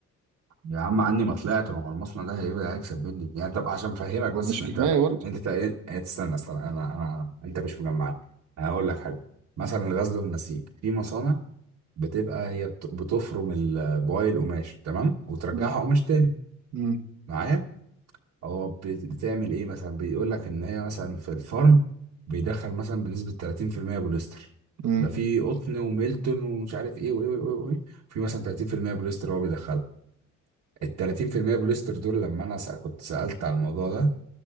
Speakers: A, on the right; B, on the right.
A: يا عم عني ما طلعت ما هو المصنع ده هيبقى هيكسب مني يعني طب عشان أفهمك بس
B: هو مش
A: عشان
B: كفايه
A: أنت
B: برضه
A: أنت تق- تستنى أصلا أنا أنا أنا- أنت مش مجمعني أنا هقول لك حاجة مثلا الغزل والنسيج في مصانع بتبقى هي بت- بتفرم ال- بواقي القماش تمام وترجعها
B: مم.
A: قماش تاني
B: مم.
A: معايا هو بت- بتعمل ايه مثلا بيقول لك ان هي مثلا في الفرن بيدخل مثلا بنسبة 30% بوليستر
B: مم.
A: بقى في قطن وميلتون ومش عارف ايه وايه وايه وايه في مثلا 30% بوليستر هو بيدخلها ال 30% بوليستر دول لما انا سأ- كنت سألت على الموضوع ده